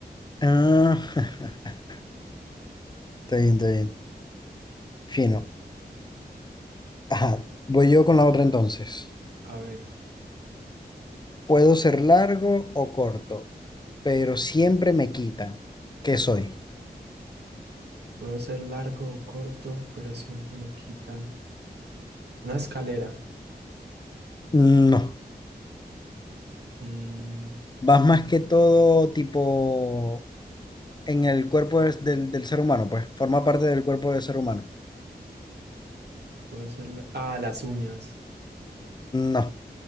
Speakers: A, on the left; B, on the right.
A: Ah, <laughs> está bien, está bien. Fino. Ajá, voy yo con la otra entonces.
B: A ver,
A: Puedo ser largo o corto, pero siempre me quitan. ¿Qué soy?
B: puedo ser largo o corto, pero siempre me quitan. Una escalera.
A: No,
B: Mm,
A: vas más que todo tipo en el cuerpo del, del- del ser humano, pues forma parte del cuerpo del ser humano.
B: puedo ser... la- Ah, las uñas.
A: No,